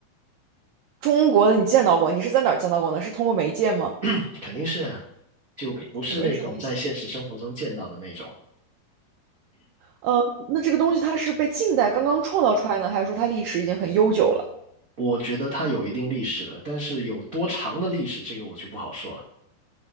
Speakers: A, on the right (about 75°); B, on the right (about 45°).
A: 中国的你见到过，你是在哪儿见到过呢？是通过媒介吗？
B: <clears throat> 肯定是啊，就不是那种在现实生活中见到的那种。
A: 肯定是媒介。呃，那这个东西它是被近代刚刚创造出来呢，还是说它历史已经很悠久了？
B: 我觉得它有一定历史了，但是有多长的历史，这个我就不好说了。